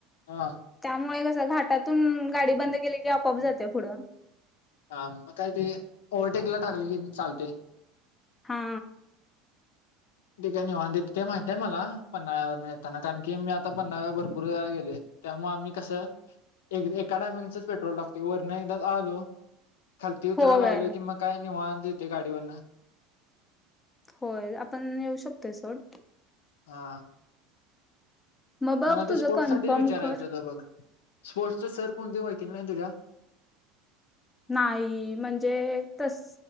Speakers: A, on the left; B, on the left.
A: हा
B: त्यामुळे कसे घाटातून गाडी बंद केली की आपोआप जाते पुढं
A: हा मग काय ते ओव्हरटेकला टाकले की चालते
B: हा
A: तेी काही निवांत देत ते माहितय मला पन्हाळ्यावरून न येताना कारण की मी आता पन्हाळ्यावर भरपूर गेलोय. त्यामुळं आम्ही कसं एक एका टायमगीच पेट्रोल लागतो वरण एकदा आलो खालती उतरायला
B: होय
A: की कि मग काय निवांत येत गाडीवरून
B: होय आपण येऊ शकतोय सोड
A: हा
B: मग बघ
A: मला
B: तुझं
A: ते स्पोर्ट्स
B: कन्फर्म
A: साठीच विचारायचं
B: कर
A: होत बघ स्पोर्ट्सचा सर कोण ओळखीचे नाहीत का तुझ्या?
B: नाही म्हणजे तस